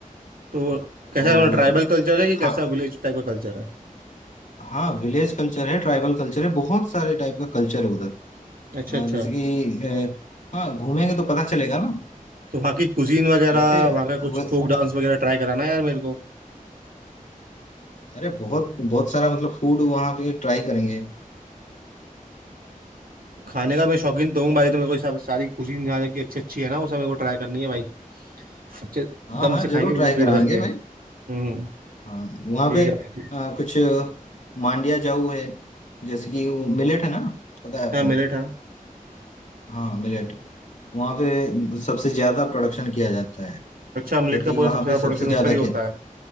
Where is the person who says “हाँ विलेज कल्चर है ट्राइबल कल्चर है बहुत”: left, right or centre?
Left